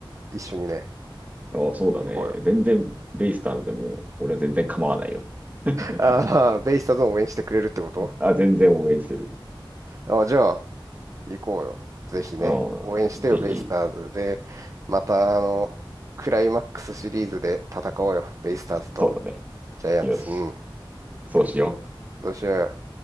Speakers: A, on the right (about 35°); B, on the right (about 20°).
A: 一緒にね、
B: あ、そうだね。
A: 行こうよ。
B: 全然ベイスターズでも俺は全然構わないよ。<laughs>
A: ああ、ベイスターズを応援してくれるってこと
B: あ、全然応援してる。
A: あじゃあ、行こうよ。ぜひね。
B: うん。
A: 応援してよ、
B: ぜひ、
A: ベイスターズで。また、あの、クライマックスシリーズで戦おうよ。ベイスターズと
B: そうだね。
A: ジャイアンツ。
B: よし。
A: うん。
B: そうしよう。
A: どうしようよ。